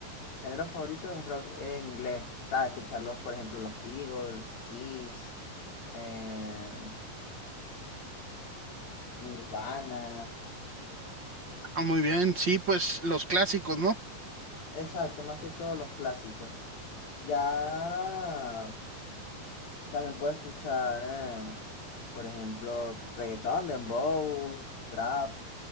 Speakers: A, on the left; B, on the right.
A: géneros favoritos es rock en inglés. ¿Sabes? Escucharlos, por ejemplo, los Eagles, Kiss, eh, Nirvana.
B: Ah, muy bien, sí, pues los clásicos, ¿no?
A: Exacto, más que todos los clásicos. Ya También puedo escuchar, eh, por ejemplo, reggaetón, dembow, trap.